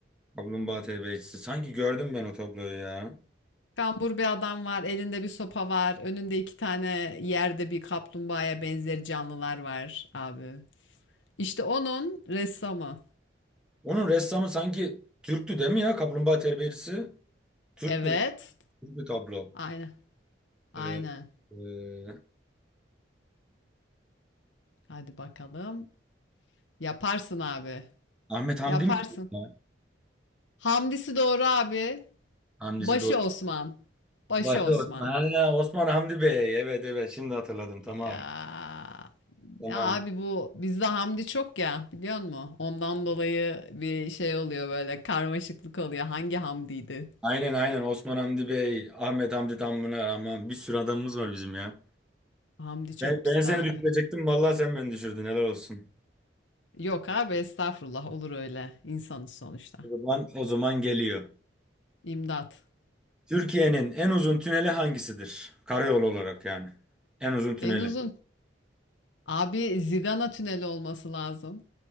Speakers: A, in the centre; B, on the left.
A: Kaplumbağa terbiyecisi. Sanki gördüm ben o tabloyu ya.
B: Kambur bir adam var, elinde bir sopa var, önünde iki tane yerde bir kaplumbağaya benzer canlılar var abi. İşte onun ressamı.
A: Onun ressamı sanki Türktü değil mi ya? Kaplumbağa terbiyecisi. Türk
B: Evet.
A: bir, Türk bir tablo.
B: Aynen. Aynen.
A: Ee, e,
B: Hadi bakalım. Yaparsın abi.
A: Ahmet Hamdi
B: Yaparsın.
A: mi? Ya?
B: Hamdisi doğru abi.
A: Hamdi'si
B: Başı
A: doğru.
B: Osman. Başı
A: Başı
B: Osman.
A: Osman. Ha, Osman Hamdi Bey. Evet evet şimdi hatırladım.
B: Ya.
A: Tamam. Tamam.
B: Ya abi bu bizde Hamdi çok ya biliyor musun? Ondan dolayı bir şey oluyor böyle karmaşıklık oluyor. Hangi Hamdi'ydi?
A: Aynen aynen Osman Hamdi Bey. Ahmet Hamdi Tanpınar. Aman bir sürü adamımız var bizim ya.
B: Hamdi çok
A: Ben,
B: pisti
A: ben seni
B: abi.
A: düşürecektim. Vallahi sen beni düşürdün. Helal olsun.
B: Yok abi estağfurullah olur öyle. İnsanız sonuçta.
A: O zaman, o zaman geliyor.
B: İmdat.
A: Türkiye'nin en uzun tüneli hangisidir? Karayolu olarak yani. En uzun tüneli.
B: En uzun. Abi Zigana tüneli olması lazım.